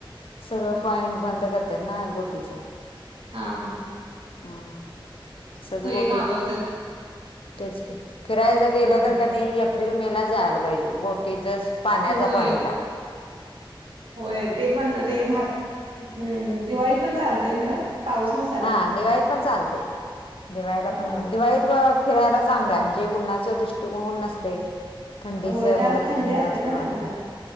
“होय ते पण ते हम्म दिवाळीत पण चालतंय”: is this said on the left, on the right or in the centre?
Right